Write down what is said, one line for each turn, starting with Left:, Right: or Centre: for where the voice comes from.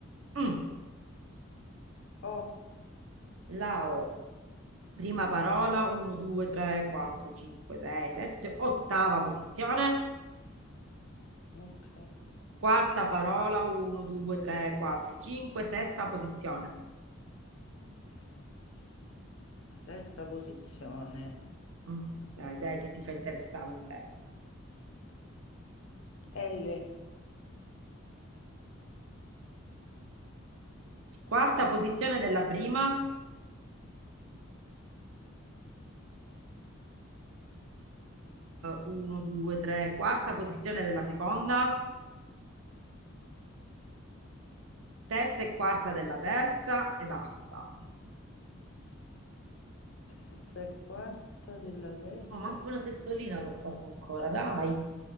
Right: Mm.
Left: O,
Right: Lao. Prima parola, 1, 2, 3, 4, 5, 6, 7, ottava posizione.
Left: ok.
Right: Quarta parola, 1, 2, 3, 4, 5, sesta posizione.
Left: Tre, quattro, cinque. Sesta posizione.
Right: Mm, Dai, dai, che si fa interessante.
Left: L.
Right: Quarta posizione della prima, 1, 2, 3, quarta posizione della seconda, terza e quarta della terza e basta.
Left: Terza e quarta della terza.
Right: Oh, manco
Left: e ba-
Right: una testolina t'ho fatta ancora, dai.